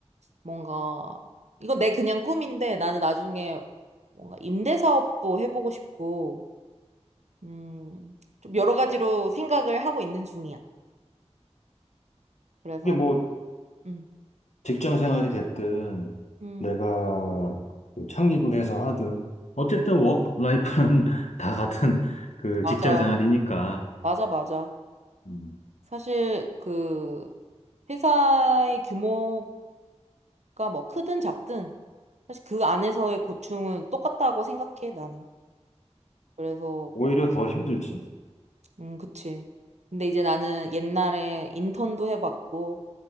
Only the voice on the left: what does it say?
이게 뭐,
직장 생활이 됐든,
내가 그 창립을 해서 하든, 어쨌든 워크라이프는 <laughs> 다 같은 그
직장 생활이니까,
음,
오히려
더 힘들지.